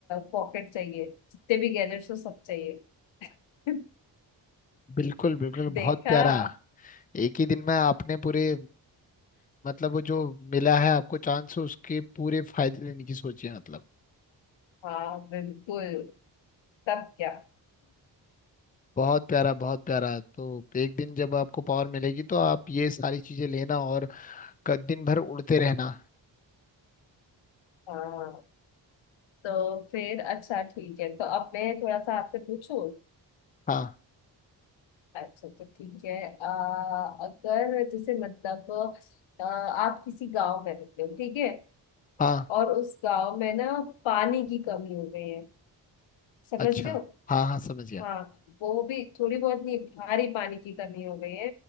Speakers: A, on the left; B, on the left.
A: पॉकेट चाहिए जितने भी गैजेट्स हो सब चाहिए <laughs>
B: बिल्कुल बिल्कुल
A: देखा
B: बहुत प्यारा
A: <laughs>
B: एक ही दिन में आपने पूरे मतलब वो जो मिला है आपको चांस उसके पूरे फायदे लेने की सोची है मतलब
A: हाँ बिल्कुल तब क्या
B: बहुत प्यारा बहुत प्यारा तो एक दिन जब आपको पावर मिलेगी तो आप ये सारी चीजें लेना और क- दिन भर उड़ते रहना
A: हाँ तो फिर अच्छा ठीक है तो अब मैं थोड़ा सा आपसे पूछूं
B: हाँ
A: अच्छा तो ठीक है आ, अगर जैसे मतलब अ, आप किसी गांव में रहते हो ठीक है
B: हाँ
A: और उस गांव में ना पानी की कमी हो गई है समझ
B: अच्छा
A: रहे हो
B: हाँ हाँ समझ गया
A: हाँ वो भी थोड़ी बहुत नहीं भारी पानी की कमी हो गई है